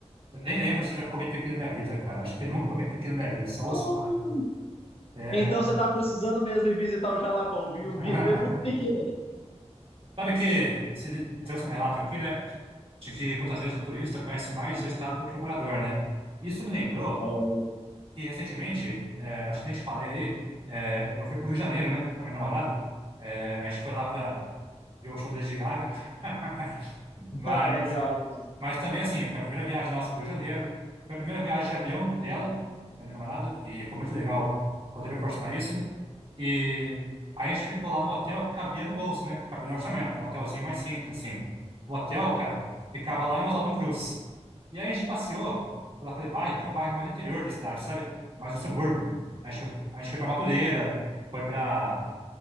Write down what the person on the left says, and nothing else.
<laughs>
Então você tá precisando mesmo ir visitar o Jalapão, viu?
Vi- Vê muito piqui
lá.
Ah, legal, legal.